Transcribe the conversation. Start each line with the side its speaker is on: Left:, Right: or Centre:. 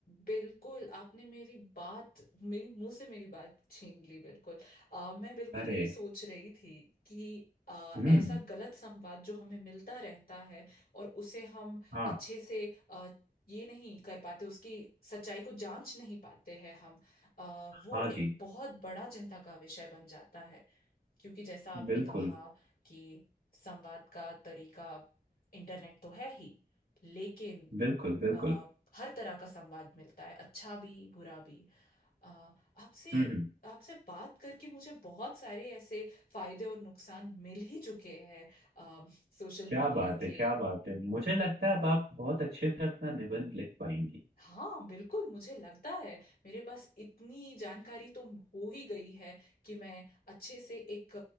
Left: बिल्कुल आपने मेरी बात मेरी मुंह से मेरी बात छीन ली बिल्कुल आ, मैं बिल्कुल
Right: अरे
Left: यही सोच रही थी कि आ,
Right: हम्म
Left: ऐसा गलत संवाद जो हमें मिलता रहता है और उसे हम
Right: हाँ
Left: अच्छे से आ, ये नहीं कर पाते उसकी सच्चाई को जांच नहीं पाते हैं हम आ,
Right: हाँ
Left: वो एक
Right: जी
Left: बहुत बड़ा चिंता का विषय बन जाता है क्योंकि जैसा आपने
Right: बिल्कुल
Left: कहा कि संवाद का तरीका इंटरनेट तो है ही लेकिन
Right: बिल्कुल बिल्कुल
Left: अ, हर तरह का संवाद मिलता है अच्छा भी बुरा भी अ, आपसे
Right: हम्म हम्म
Left: आपसे बात करके मुझे बहुत सारे ऐसे फायदे और नुकसान मिल ही चुके हैं अ, सोशल
Right: क्या
Left: मीडिया
Right: बात है
Left: के
Right: क्या बात है मुझे लगता है अब आप बहुत अच्छे से अपना निबंध लिख पाएंगी
Left: हाँ बिल्कुल मुझे लगता है मेरे पास इतनी जानकारी तो हो ही गई है कि मैं अच्छे से एक